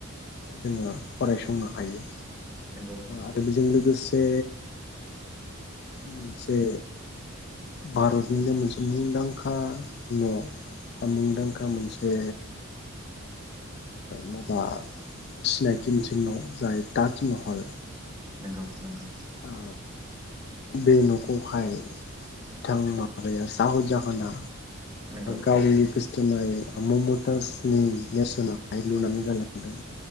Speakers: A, on the left; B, on the right.
A: जोङो फरायसंनो हायो।
B: नंगौ नंगौ
A: आरो बेजों लोगोसे मोनसे भारतनिनो मोनसे मुंदांखा न' मुंदांखा मोनसे माबा सिनायथि मोनसे न' जाय ताजमहल
B: नंगौ नंगौ।
A: ओ बे न'खौहाय बिथां माबाया साह जाहोना
B: नंगौ नंगौ
A: गावनि गोसो थोनाय मम्मताजनि नेरसोनहाय लुनानै गालांदों।